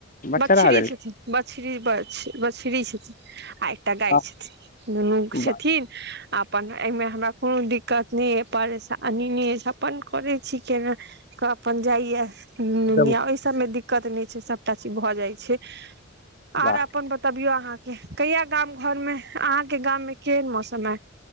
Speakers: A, on the left; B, on the right.
A: बछड़ा
B: बछरी
A: देलखिन
B: छथिन बछरी बछरी छथिन आ एकटा गाय
A: हँ।
B: छथिन दुनू छथिन
A: वाह
B: अपन एहिमे हमरा कोनो दिक्कत नहि ह परेशानी नहि अपन करै छिकना केऽ अपन जाइयन
A: जब-
B: ओहि सभमे दिक्कत नहि छै सभटा चीज भऽ जाइ छै आर
A: वाह
B: अपन बतबियौ अहाँ कहिया गाम घर मे अहाँके गाममे केहन मौसम हय